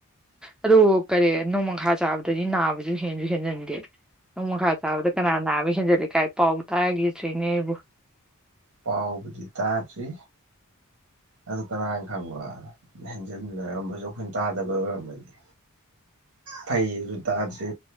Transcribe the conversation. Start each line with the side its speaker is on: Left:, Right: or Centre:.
Centre: ꯑꯗꯨꯣ ꯀꯔꯤ ꯅꯣꯡꯃꯈꯥ ꯆꯥꯕꯗꯗꯤ ꯅꯥꯕꯗꯁꯨ ꯍꯦꯟꯁꯨ ꯍꯦꯟꯖꯤꯟꯗꯦ꯫ ꯅꯣꯡ ꯃꯈꯥ ꯆꯥꯕꯗ ꯀꯅꯥ ꯅꯥꯕ ꯍꯦꯟꯖꯜꯂꯤ ꯀꯥꯏ ꯄꯥꯎ ꯇꯥꯒꯦꯗ꯭ꯔꯤꯅꯦ ꯑꯩꯕꯨ꯫
Right: ꯄꯥꯎꯕꯨꯗꯤ ꯇꯥꯗ꯭ꯔꯤ꯫ ꯑꯗꯨ ꯀꯅꯥꯅ ꯈꯪꯕ꯭ꯔ ꯍꯦꯟꯖꯤꯟꯅꯔꯝꯕꯁꯨ ꯑꯩꯈꯣꯏ ꯇꯥꯗꯕꯩ ꯑꯣꯏꯔꯝꯃꯗꯤ꯫ ꯐꯩꯖꯨ ꯇꯥꯗ꯭ꯔꯤ